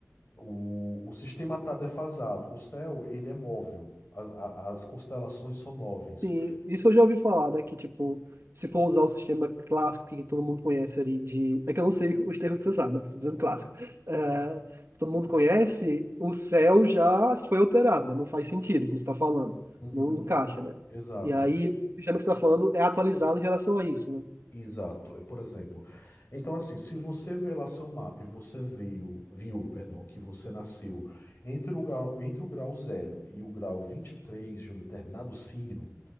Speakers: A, on the left; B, on the right.
A: O, o sistema está defasado. O céu, ele é móvel. A- a- as constelações são móveis.
B: Sim, isso eu já ouvi falar, né? Que, tipo, se for usar o sistema clássico que todo mundo conhece ali de... É que eu não sei os termos que você sabe, né? Estou
A: Uhum.
B: dizendo clássico. É, todo mundo conhece, o céu já foi alterado, né? Não faz sentido, como você está falando.
A: Uhum.
B: Não encaixa, né?
A: Exato.
B: E aí, o sistema que você está falando é atualizado em relação a isso, né?
A: Exato, É, por exemplo. Então, assim, se você vê lá seu mapa e você viu, viu, perdão, que você nasceu entre o grau, entre o grau zero e o grau 23 de um determinado signo,